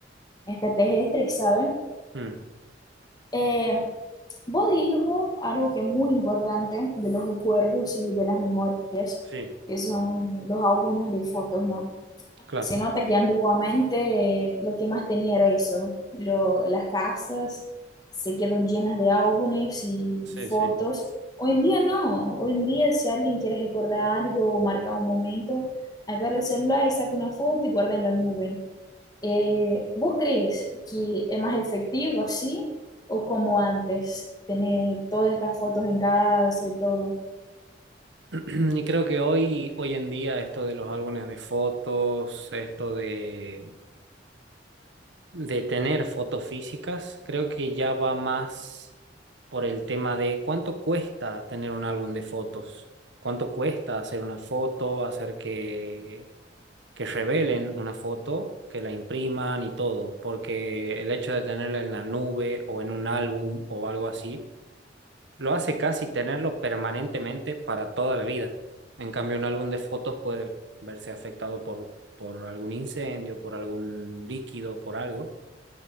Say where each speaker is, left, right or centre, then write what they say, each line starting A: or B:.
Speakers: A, on the left (about 20°); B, on the right (about 75°).
A: hasta terrestres, ¿sabes?
B: Mm,
A: Eh, vos dijo algo que es muy importante de los recuerdos y de las memorias,
B: Sí,
A: que son los álbumes de fotos, ¿no?
B: claro.
A: Se nota que antiguamente eh, lo que más tenía era eso. Lo- las casas se quedan llenas de álbumes y
B: sí,
A: fotos.
B: sí.
A: Hoy en día no. Hoy en día si alguien quiere recordar algo o marcar un momento, agarra el celular y saca una foto y guarda en la nube. Eh, ¿vos crees que es más efectivo así o como antes? Tener todas estas fotos en casa y todo.
B: <clears throat> Y creo que hoy, hoy en día esto de los álbumes de fotos, esto de de tener fotos físicas, creo que ya va más por el tema de cuánto cuesta tener un álbum de fotos, cuánto cuesta hacer una foto, hacer que, que revelen una foto, que la impriman y todo, porque el hecho de tenerla en la nube o en un álbum o algo así, lo hace casi tenerlo permanentemente para toda la vida. En cambio, un álbum de fotos puede verse afectado por, por algún incendio, por algún líquido, por algo.